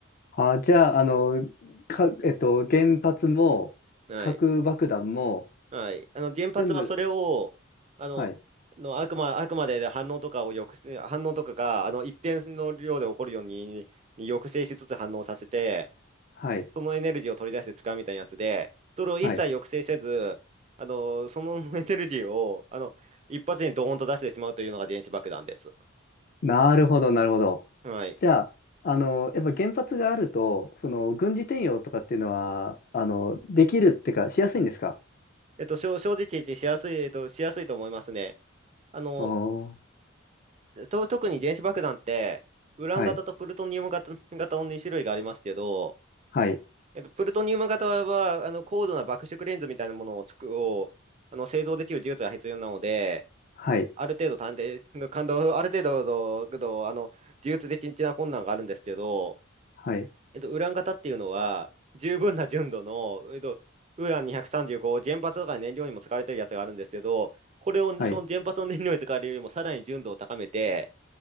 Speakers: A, on the left; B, on the right.
A: あ、じゃあ、あの、か、えっと、原発も、
B: はい。
A: 核爆弾も、
B: はい。あの、原発はそれを、
A: 全部、
B: あの、
A: はい、
B: のあくま、あくまで反応とかを抑制、反応とかが、あの、一定の量で起こるように、に抑制しつつ反応させて、
A: はい、
B: そのエネルギーを取り出して使うみたいなやつで、それを一切抑制せず、
A: はい。
B: あの、そのエネルギーを、あの、一発にドーンと出してしまうというのが電子爆弾です。
A: なるほど、なるほど。
B: はい。
A: じゃあ、あの、やっぱ原発があると、その、軍事転用とかっていうのは、あの、できるってか、しやすいんですか
B: えっと、正正直言しやすい、えっと、しやすいと思いますね。あの、
A: おー、
B: と、特に原子爆弾って、ウラン型とプルトニウム型、
A: はい、
B: 型の2種類がありますけど、
A: はい、
B: えっと、プルトニウム型は、あの、高度な爆縮レンズみたいなものを作、を、あの、製造できる技術が必要なので、
A: はい、
B: ある程度探偵、感動、ある程度の、あの、技術的な困難があるんですけど、
A: はい、
B: えっと、ウラン型っていうのは、十分な純度の、えっと、ウラン235、原発とか燃料にも使われてるやつがあるんですけど、これを、
A: はい、
B: その原発の燃料に使われるよりもさらに純度を高めて、